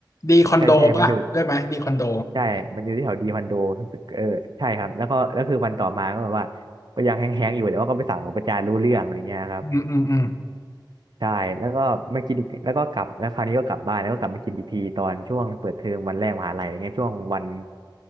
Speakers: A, on the left; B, on the right.
A: ดีคอนโดป่ะได้ไหมดีคอนโด
B: ใช่ใช่มันอยู่ ใช่ มันอยู่ที่แถวดีคอนโดเออใช่ครับ แล้วก็แล้วคือวันต่อมาก็แบบว่า ก็ยังแห้งๆอยู่แต่ว่าก็ไปสั่งกับประจานรู้เรื่องอะไรเงี้ยครับ
A: อืมอืมอืม
B: ใช่แล้วก็มากินอีกแล้วก็กลับแล้วคราวนี้ก็กลับบ้านแล้วก็กลับมากินอีกทีตอนช่วงเปิดเทอมวันแรกมหาลัยอะไรเงี้ยช่วงวัน